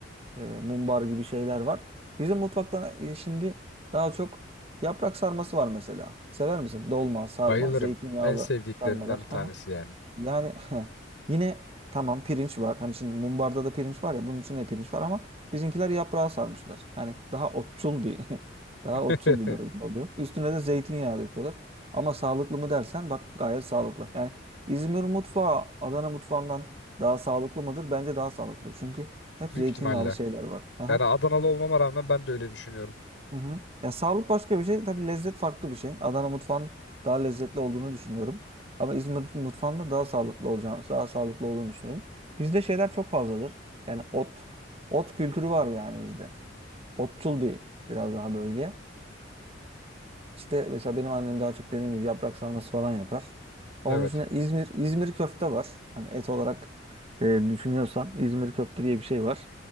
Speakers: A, on the right (about 35°); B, on the left (about 80°).
A: e, mumbar gibi şeyler var. Bizim mutfakta e, şimdi daha çok yaprak sarması var mesela. Sever misin? Dolma, sarma,
B: Bayılırım.
A: zeytinyağlı
B: En sevdiklerimden
A: sarmalar.
B: bir tanesi
A: Hı hı.
B: yani.
A: Yani <laughs> yine tamam pirinç var. Hani şimdi mumbarda da pirinç var ya bunun içinde de pirinç var ama bizimkiler yaprağa sarmışlar. Yani daha otçul bir <laughs> daha
B: <laughs>
A: otçul bir bölge <laughs> oluyor. Üstüne de zeytinyağı döküyorlar. Ama sağlıklı mı dersen bak gayet sağlıklı. Yani İzmir mutfağı Adana mutfağından daha sağlıklı mıdır? Bence daha sağlıklı. Çünkü hep zeytinyağlı
B: Büyük ihtimalle.
A: şeyler var. Aha.
B: Yani Adanalı olmama rağmen ben de öyle düşünüyorum.
A: Hı hı. Ya sağlık başka bir şey. Tabii lezzet farklı bir şey. Adana mutfağın daha lezzetli olduğunu düşünüyorum. Ama İzmir mutfağının da daha sağlıklı olacağını, daha sağlıklı olduğunu düşünüyorum. Bizde şeyler çok fazladır. Yani ot, ot kültürü var yani bizde. Otçul bir biraz daha bölge. İşte mesela benim annem daha çok dediğim gibi yaprak sarması falan yapar. Onun
B: Evet.
A: dışında İzmir, İzmir köfte var. Hani et olarak e, düşünüyorsan İzmir köfte diye bir şey var.